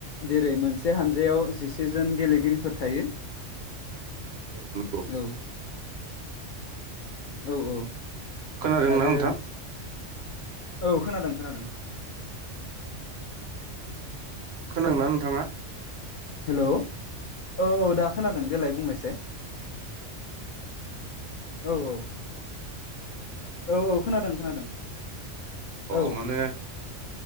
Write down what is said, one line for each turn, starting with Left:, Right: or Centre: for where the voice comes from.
Left: जेरै मोनसे हानजायाव जिसेजोन गेलेगिरिफोर थायो।
Right: औ नंगौ।
Left: औ औ औ।
Right: खोनादोंना
Left: आरो
Right: नोंथां।
Left: औ खोनादों खोनादों।
Right: खोनादोंना नोंथाङा।
Left: हेलौ औ औ दा खोनादों देलाय बुंलायसाय। औ औ। औ औ खोनादों खोनादों।
Right: अ
Left: औ
Right: माने